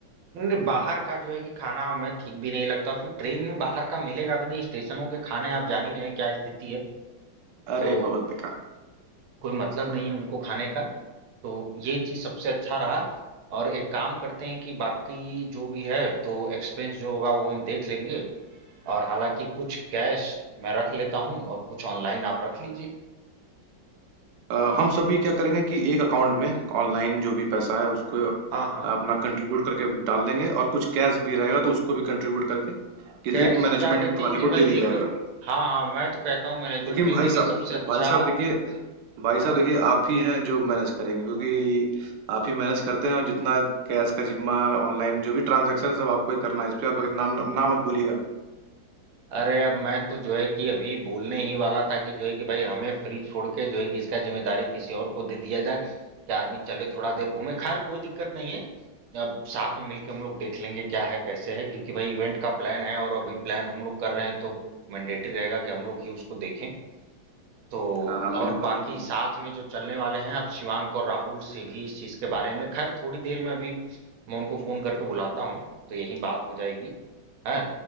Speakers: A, on the right (about 80°); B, on the right (about 65°).
A: नहीं, बाहर का जो है कि खाना हमें ठीक भी नहीं लगता फिर ट्रेन में बाहर का मिलेगा भी नहीं स्टेशनों के खाने आप जान ही रहे हैं क्या स्थिति है
B: अरे!
A: तो
B: बहुत बेकार।
A: कोई मतलब नहीं है उनको खाने का तो ये चीज सबसे अच्छा रहा और एक काम करते हैं कि बाकी जो भी है तो एक्सपेंस जो होगा वो हम देख लेंगे और हालांकि कुछ कैश मैं रख लेता हूँ और कुछ ऑनलाइन आप रख लीजिए
B: अ, हम सभी क्या करेंगे कि एक अकाउंट में ऑनलाइन जो भी पैसा है उसको
A: हाँ हाँ
B: अपना कंट्रीब्यूट करके डाल देंगे और कुछ कैश भी रहेगा तो उसको भी कंट्रीब्यूट करके कि
A: कैश
B: एक मैनेजमेंट
A: क्या कहते हैं
B: वाले
A: कि
B: को
A: भाई
B: दे दिया
A: एक
B: जाएगा
A: हाँ हाँ मैं तो कहता हूँ मैनेजमेंट
B: लेकिन
A: के लिए
B: भाई
A: देखिए
B: साहब
A: सबसे अच्छा
B: भाई साहब देखिए भाई
A: हाँ
B: साहब
A: हाँ
B: देखिए आप ही हैं जो मैनेज करेंगे क्योंकि आप ही मैनेज करते हैं और जितना कैश का जिम्मा ऑनलाइन जो भी ट्रांजैक्शन सब आपको ही करना है इस पे आप ना ना मत बोलिएगा
A: अरे अब मैं तो जो है कि अभी बोलने ही वाला था कि जो है कि भाई हमें फ्री छोड़ के जो है कि इसका जिम्मेदारी किसी और को दे दिया जाए कि आदमी चले थोड़ा देर घूमे खैर कोई दिक्कत नहीं है अब साथ में मिलके हम लोग देख लेंगे क्या है कैसे है क्योंकि भाई इवेंट का प्लान है और अभी प्लान हम लोग कर रहे हैं तो मैंडेटरी रहेगा कि हम लोग ही उसको देखें तो
B: हाँ हाँ बिल्कुल
A: और बाकी
B: बिल्कुल
A: साथ में जो चलने वाले हैं अब शिवांक और राहुल से भी इस चीज के बारे में खैर थोड़ी देर में अभी मैं उनको फोन करके बुलाता हूँ तो यही बात हो जाएगी है